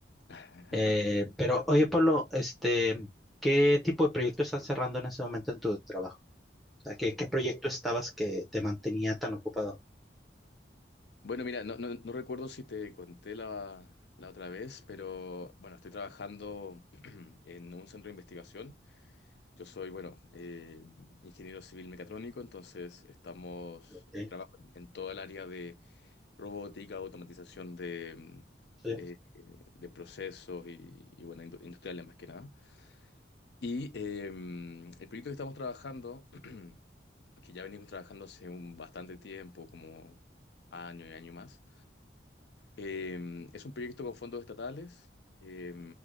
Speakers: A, on the left; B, in the centre.
A: <laughs>
B: Eh, pero oye Pablo, este, ¿qué tipo de proyecto estás cerrando en ese momento en tu trabajo? O sea, ¿qué, qué proyecto estabas que te mantenía tan ocupado?
A: Bueno, mira, no, no- no recuerdo si te conté la, la otra vez, pero bueno, estoy trabajando <clears throat> en un centro de investigación. Yo soy, bueno, eh, ingeniero civil mecatrónico, entonces estamos,
B: Ok,
A: eh, trabajo en toda el área de robótica, automatización de, mm,
B: sí,
A: eh, de procesos y, y, bueno, indu- industriales más que nada. Y eh, el proyecto que estamos trabajando, <clears throat> que ya venimos trabajando hace un bastante tiempo, como año y año más, eh, es un proyecto con fondos estatales. eh,